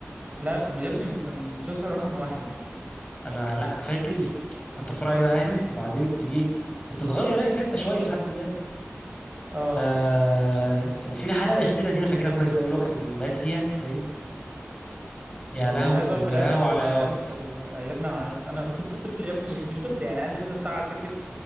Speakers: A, on the right (about 30°); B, on the left (about 20°).
A: لا في يا ابني كان مسلسل رقم واحد
B: انا لا انا فاكر كنت اتفرج عليه مع اهلي وبعدين في ايه كنت صغير يعني ساعتها شويه لحد ما
A: اه
B: آه كان في الحلقه الاخيره دي انا فاكرها كويس قوي اللي هو كان مات فيها باين يا
A: هو
B: لهوي
A: مات اه
B: يا
A: في الاخر
B: لهوي
A: لما
B: على عياط
A: كان في ال... آه، يا ابني انا عيطت انا كنت طفل يا ابني <laughs> مش طفل يعني عندي مثلا بتاع سكه